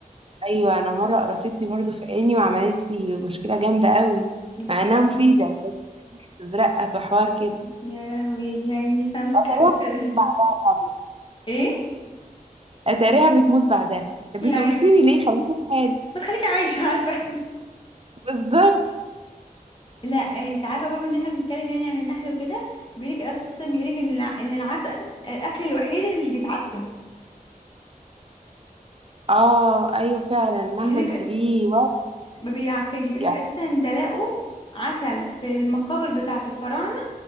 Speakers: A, on the right; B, on the left.
A: أيوة أنا مرة قرصتني برضو في عيني وعملت لي مشكلة جامدة قوي
B: يا
A: مع
B: خبر
A: إنها مفيدة
B: ابيض
A: بس بتزرقت وحوار كده
B: يا لهوي يا عيني سلامتك
A: أتاريها
B: ألف سلامة
A: بتموت بعدها يا هبل.
B: ايه
A: أتاريها بتموت بعدها طب
B: يا
A: بتقرصيني
B: عيني
A: ليه خليكي في حالي
B: ما تخليكي عايشة عارفة
A: بالظبط
B: لا انت عارفه بابا ان احنا بنتكلم يعني عن النحل وكده بيقولك اساسا بيقولك ان الع... ان العسل الاكل الوحيد اللي مش بيتعفن
A: اه ايوه فعلا مهما
B: بيقولك
A: نسيبيه وقت
B: ما بيعفنش بيقولك
A: يعني
B: اساسا ده لقوا عسل في المقابر بتاعه الفراعنه